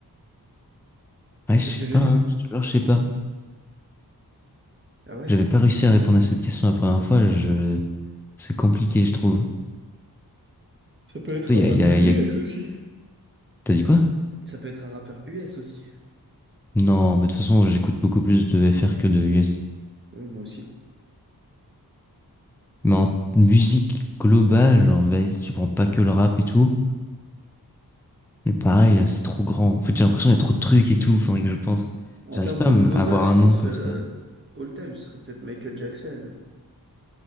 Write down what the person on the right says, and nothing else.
Tu
vois ce que je
veux dire?
Ah ouais.
Ça peut être
un
rappeur
US
aussi.
Ça peut être un rappeur US aussi.
Oui, moi aussi.
En
termes
de
global,
je
pense,
euh,
all time, ce serait peut-être Michael Jackson.